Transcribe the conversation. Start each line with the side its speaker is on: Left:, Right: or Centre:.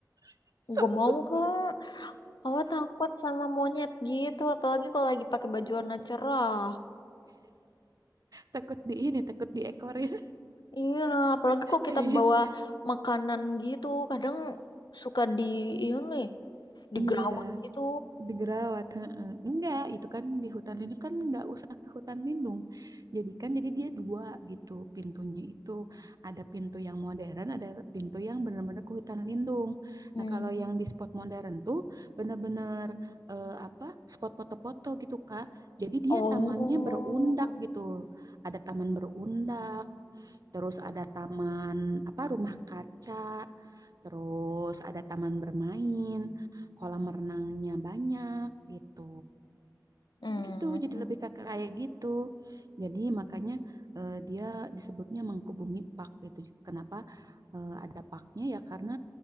Right: <laughs> Seru.
Left: Gue mau kak. Awal takut sama monyet gitu, apalagi kalau lagi pakai baju warna cerah.
Right: Takut di ini, takut diekorin.
Left: Iya, apalagi
Right: <laughs>
Left: kalau kita bawa makanan gitu, kadang suka di ini digerawat
Right: Iya.
Left: gitu.
Right: digerawat heeh. enggak itu kan di hutan lindung kan enggak usah ke hutan lindung jadi kan jadi dia dua gitu pintunya itu ada pintu yang modern ada pintu yang benar-benar ke hutan lindung
Left: Hmm.
Right: nah kalau yang di spot modern tuh benar-benar eh, apa spot foto-foto gitu Kak jadi dia
Left: Oh.
Right: tamannya berundak gitu ada taman berundak terus ada taman apa rumah kaca, terus ada taman bermain, kolam renangnya banyak gitu.
Left: Hmm.
Right: Gitu, jadi lebih ke kayak gitu. Jadi makanya eh, dia disebutnya Mangkubumi Park gitu. Kenapa eh, ada parknya ya karena